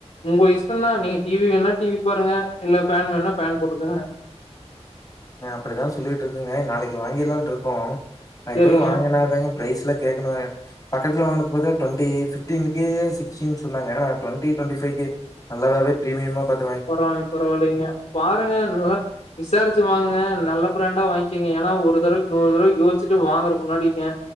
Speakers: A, on the left; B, on the left.
A: உங்க இஷ்டந்தா நீங்க டிவி வேணா டிவி பாருங்க இல்ல ஃபேன் வேணா ஃபேன் போட்டுக்கங்க
B: அப்டிதா சொல்லிட்டு இருக்குங்க நாளைக்கு வாங்கிலான்ட்ருக்கோ அது
A: சரிங்க.
B: இப்பவே வாங்கினாதாங்க பிரைஸ்ல கேக்கனு பக்கத்துல வாங்கனது பாத்தீங்னா டொன்ட்டி பிப்டின் கே சிக்ஸ்டின் சொன்னாங்க நா டுவெண்டி ட்வண்டி ஃபைக்கு நல்லதாவே பிரீமியமா பாத்
A: பரவால் பரவால்லிங்க பாருங்க நல்லா விசாரிச்சு வாங்குங்க நல்ல பிராண்டா வாங்கிங்க ஏனா ஒரு தடவைக்கு நூறு தடவ யோச்சிட்டு வாங்குறக்கு முன்னாடிங்க